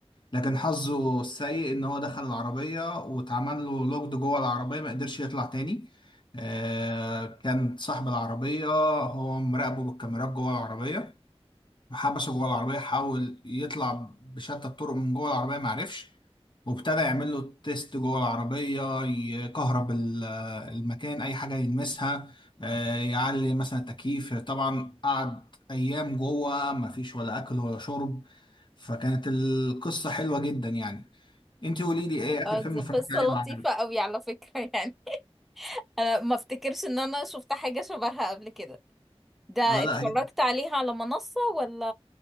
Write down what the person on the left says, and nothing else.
لكن حظه السيء ان هو دخل العربية واتعمل له لوكد جوه العربية ما قدرش يطلع تاني آه كان صاحب العربية هو مراقبه بالكاميرات جوه العربية حبسه جوه العربية حاول يطلع بشتى الطرق من جوه العربية معرفش وابتدى يعمل له تيست جوه العربية يكهرب ال- المكان أي حاجة يلمسها آه، يعلي مثلا التكييف طبعا قعد أيام جوه مفيش ولا أكل ولا شرب فكانت القصة حلوة جدا يعني انت قولي لي ايه آخر
فيلم
اتفرجت
عليه
وعجبك؟
<laughs> آه لا